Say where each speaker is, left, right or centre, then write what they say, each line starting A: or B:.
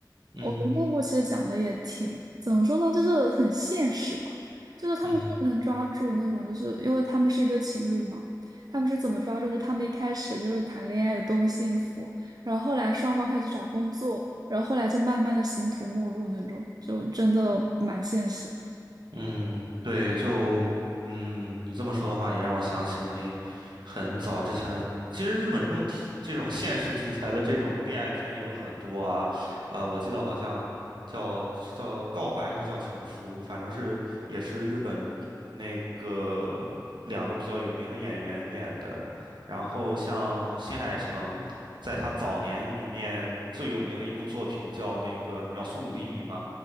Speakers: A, on the right; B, on the right.
A: 嗯哼，
B: 我觉得那部其实讲的也挺，怎么说呢，就是很现实吧。就是他们真的能抓住那种，
A: 嗯哼。
B: 就是因为他们是一对情侣嘛，他们是怎么抓住？就他们一开始就是谈恋爱有多么幸福，然后后来双方开始去找工作，然后后来就慢慢的形同陌路那种，就真的蛮现实的。
A: 嗯，对，就嗯，你这么说的话，也让我想起了那很早之前，其实日本这种题、这种现实题材的这种恋爱片也有很多啊。呃，我记得好像叫是叫告白还是叫情书，反正是也是日本那个两个比较有名的演员演的。然后像新海诚，在他早年里面最有名的一部作品叫那个《秒速五厘米》嘛。